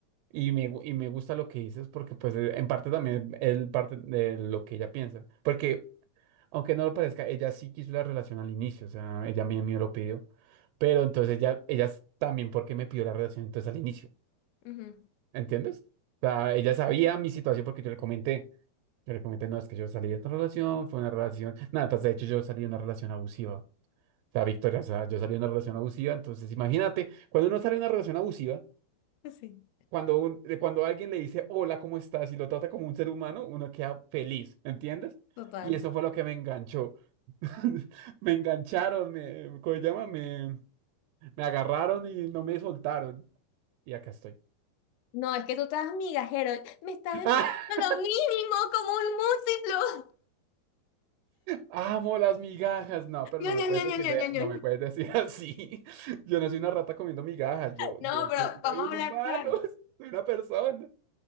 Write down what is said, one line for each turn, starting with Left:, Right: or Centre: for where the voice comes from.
Right: y me, gu- y me gusta lo que dices porque pues eh, en parte también es parte de lo que ella piensa, porque aunque no lo parezca, ella sí quiso la relación al inicio, o sea, ella a mí a mí me lo pidió. Pero entonces ella, ella también porque me pidió la relación entonces al inicio,
Left: Ujú,
Right: ¿entiendes? O sea, ella sabía mi situación porque yo le comenté, yo le comenté, no, es que yo salí de esta relación, fue una relación, nada, pues, de hecho yo salí de una relación abusiva, o sea, Victoria, o sea, yo salí de una relación abusiva, entonces imagínate, cuando uno sale de una relación abusiva,
Left: pues Sí,
Right: cuando, un- eh, cuando alguien le dice, hola, ¿cómo estás? y lo trata como un ser humano, uno queda feliz, ¿entiendes?
Left: total.
Right: Y eso fue lo que me enganchó. <laughs> Me engancharon, me, ¿cómo se llama? Me, me agarraron y no me soltaron. Y acá estoy.
Left: No, es que tú estás migajero. Me está demostrando
Right: ¡Ah!
Left: lo mínimo como un múltiplo. <laughs>
Right: Amo las migajas. No, pero
Left: No,
Right: no
Left: no,
Right: me puedes
Left: no, no,
Right: decir,
Left: no,
Right: de-
Left: no,
Right: no
Left: no.
Right: me puedes decir <laughs> así. Yo no soy una rata comiendo migajas. Yo,
Left: No,
Right: yo
Left: pero
Right: fui-
Left: vamos
Right: soy un
Left: a hablar
Right: humano,
Left: claro.
Right: <laughs> soy una persona.